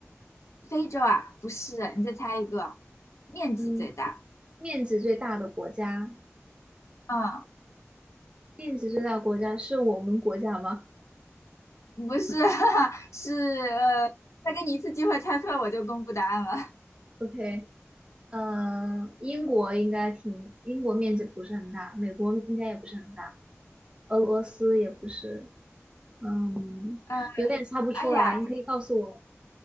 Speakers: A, on the left; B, on the right.
A: 非洲啊？不是，你再猜一个，面积最大。
B: 嗯，面积最大的国家，
A: 嗯，
B: 面积最大的国家是我们国家吗
A: 不是，<laughs> 是再给你一次机会猜错我就公布答案了。
B: ？OK，呃，英国应该挺，英国面积不是很大，美国应该也不是很大，俄罗斯也不是，嗯，
A: 呃，
B: 有点猜不出来，
A: 哎呀，
B: 你可以告诉我。